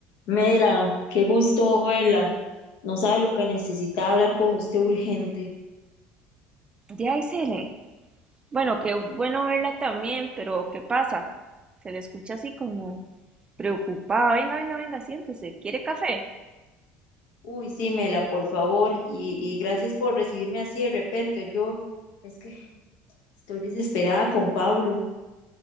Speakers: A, on the left; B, on the right.
A: Mela, qué gusto verla. No sabe lo que necesitaba hablar con usted urgente.
B: Ya, Isele. Bueno, qué bueno verla también, pero ¿qué pasa? Se le escucha así como preocupada. Venga, venga, venga, siéntese. ¿Quiere café?
A: Uy, sí, Mela, por favor. Y, y gracias por recibirme así de repente. Yo es que estoy desesperada con Pablo.